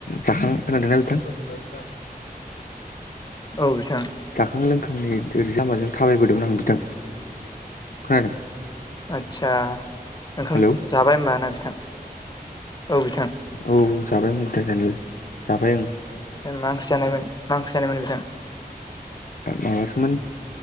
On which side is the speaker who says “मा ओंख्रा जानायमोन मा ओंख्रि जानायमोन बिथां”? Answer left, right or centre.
Left